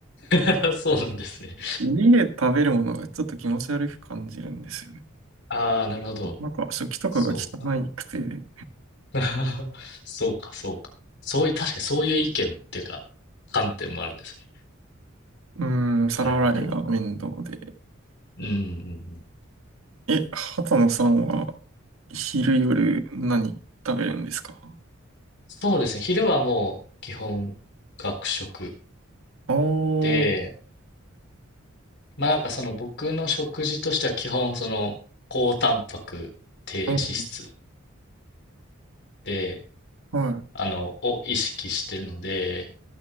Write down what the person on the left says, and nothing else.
<laughs> そうなんですね。
ああ、なるほど。
そうか。
<laughs> そうか、そうか。そういう、確かにそういう意見っていうか、観点もあるんですね。
なるほど。うんうんうん。
そうですね。昼はもう基本学食
で、まあなんかその僕の食事としては基本その高タンパク低脂質
で、
あの、を意識してるので、